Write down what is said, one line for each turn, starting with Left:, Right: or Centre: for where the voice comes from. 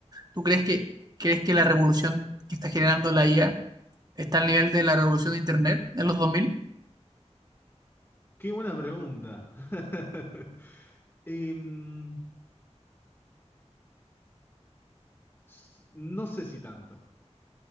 Right: ¿tú crees que, crees que la revolución que está generando la IA está al nivel de la revolución de Internet en los 2000?
Left: Qué buena pregunta. <laughs> Em, s- no sé si tanto.